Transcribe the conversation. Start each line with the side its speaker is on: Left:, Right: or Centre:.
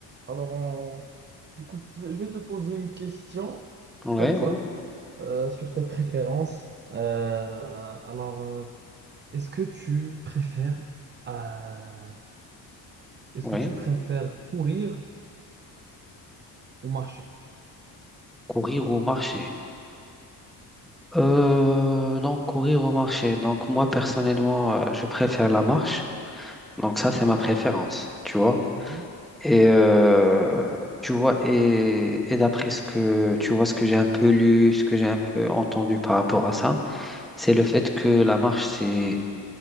Right: Alors, on- du coup, tu- je vais te poser une question
Centre: Ouais,
Right: comme ça
Centre: ouais,
Right: euh, sur tes préférences. Euh, alors, euh, est-ce que tu préfères, euh, est-ce
Centre: ouais.
Right: que tu préfères courir ou marcher?
Centre: Courir ou marcher? Euh, donc, courir ou marcher. Donc, moi, personnellement, euh, je préfère la marche. Donc, ça, c'est ma préférence, tu vois.
Right: Mhm.
Centre: Et euh, tu vois, et, et d'après ce que tu vois, ce que j'ai un peu lu, ce que j'ai un peu entendu par rapport à ça, c'est le fait que la marche, c'est,